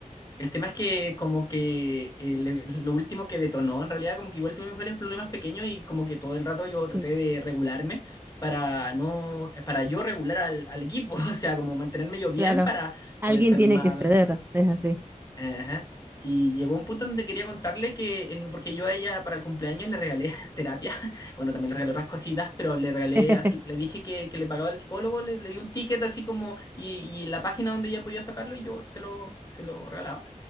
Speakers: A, on the left; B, on the right.
A: el tema es que como que eh, le- lo último que detonó en realidad como que igual tuvimos varios problemas pequeños y como que todo el rato yo traté
B: sí.
A: de regularme para no eh, para yo regular al, al equipo, <laughs> o sea, como mantenerme yo bien
B: Claro,
A: para poder
B: alguien
A: calmar.
B: tiene que ceder, es así.
A: Ajá. Y llegó un punto donde quería contarle que eh, porque yo a ella para el cumpleaños le regalé <laughs> terapia, bueno, también le regalé otras cositas, pero le regalé
B: <laughs>
A: así, le dije que, que le pagaba el psicólogo, le, le di un ticket así como y, y la página donde ella podía sacarlo y yo se lo se lo regalaba.